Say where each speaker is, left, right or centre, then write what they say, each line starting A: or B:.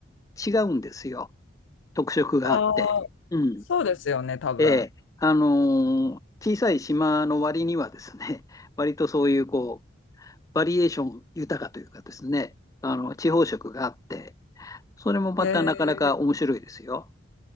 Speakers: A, on the left; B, on the left.
A: う、違うんですよ。特色があって。
B: ああ、
A: うん。
B: そうですよね、多分。
A: ええ、あのー小さい島の割にはですね、<laughs> 割とそういうこう、バリエーション豊かというかですね、あの、地方色があって、それもまたなかなか面白いですよ。
B: えー、い